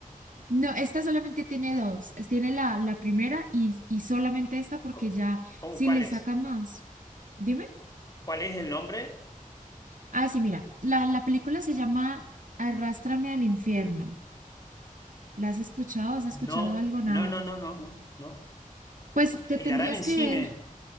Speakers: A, on the right; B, on the left.
A: No, esta solamente tiene dos. es- Tiene la, la primera y, y solamente esta porque
B: Co-
A: ya
B: ¿Cómo,
A: si
B: cuál
A: le
B: es?
A: sacan más. Dime.
B: ¿Cuál es el nombre?
A: Ah, sí, mira, la, la película se llama Arrástrame al infierno. ¿La has escuchado? ¿Has escuchado
B: No,
A: algo? Nada.
B: no, no, no, no, no, no.
A: Pues
B: ¿Y la
A: te
B: y
A: tendrías
B: la harán en
A: que
B: cine?
A: ver,